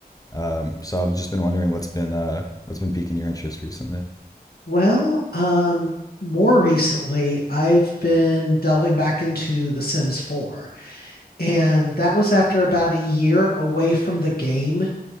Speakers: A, on the left (about 20°); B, on the left (about 70°).
A: Um, so I've just been wondering what's been uh, what's been piquing your interest recently.
B: Well, um, more recently, I've been delving back into The Sims 4, and that was after about a year away from the game.